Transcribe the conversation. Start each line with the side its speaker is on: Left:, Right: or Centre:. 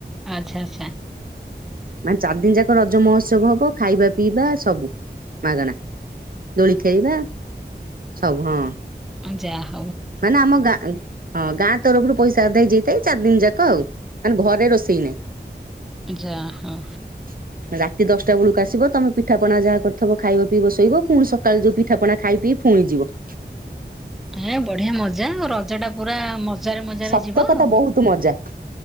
Centre: ଆଚ୍ଛା ଆଚ୍ଛା।
Right: ମାନେ ଚାରି ଦିନ ଯାକ ରଜ ମହୋତ୍ସବ ହବ ଖାଇବା ପିଇବା ସବୁ ମାଗଣା। ଦୋଳି ଖେଳବା ସବୁ ହଁ।
Centre: ଆଜ୍ଞା।
Right: ମାନେ ଆମ ଗାଁ ହଁ ଗାଁ ତରଫରୁ ପଇସା ଆଦାୟ ହେଇଥାଏ ଚାରି ଦିନ ଯାକ ଆଉ ମାନେ ଘରେ ରୋଷେଇ ନାହିଁ।
Centre: ଯାହଉ
Right: <inaudible> ରାତି ଦଶଟା ବେଳକୁ ଆସିବ ତମେ ପିଠାପଣା ଯାହା କରିଥବ ଖାଇବ ପିଇ ବ ଶୋଇବ ପୁଣି ସକାଳୁ ଯୋଉ ପିଠାପଣା ଖାଇ ପି କି। ଫୁଣିଯିବ।
Centre: ଏ ବଢିଆ ମଜା ଆଉ ରଜ ରଜଟା ପୁରା ମଜାରେ ମଜାରେ
Right: ସତ
Centre: ଯିବ
Right: କଥା
Centre: ଆଉ
Right: ବହୁତ ମଜା